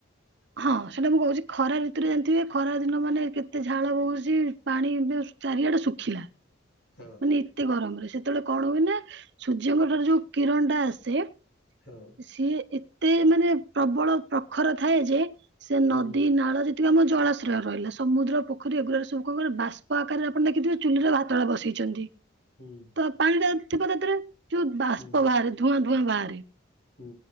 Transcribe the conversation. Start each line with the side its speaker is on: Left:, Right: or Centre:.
Right: ହଁ ସେଟା ମୁଁ କହୁଛି ଖରା ଋତୁରେ ଜାଣିଥିବେ ଖରା ଦିନ ମାନେ କେତେ ଝାଳ ବହୁଛି ପାଣି ଚାରିଆଡେ ଶୁଖିଲା।
Left: ହଁ
Right: ମାନେ ଏତେ ଗରମରେ ସେତେବେଳେ କଣ ହୁଏ ନା ସୂର୍ଯ୍ୟଙ୍କ ଠାରୁ ଯୋଉ କିରଣ ଟା ଆସେ
Left: ହଁ
Right: ସିଏ ଏତେ ମାନେ ପ୍ରବଳ ପ୍ରଖର ଥାଏ ଯେ ସେ ନଦୀ
Left: ହୁଁ।
Right: ନାଳରେ ଆମ ଜଳାଶ୍ରୟ ରହିଲା ସମୁଦ୍ର ପୋଖରୀ ଏଗୁଡାରେ ସବୁ କଣ କି ବାଷ୍ପ ଆକାରରେ ଆପଣ ଦେଖିଥିବେ ଚୁଲିର ଭାତଳ ବସେଇଛି
Left: ହୁଁ
Right: ତ ପାଣିଟା ଥିବ ତାରେ ଯୋଉ ବାଷ୍ପ
Left: ହୁଁ
Right: ବାହାରେ ଧୂଆଁ ଧୂଆଁ ବାହାରେ
Left: ହୁଁ।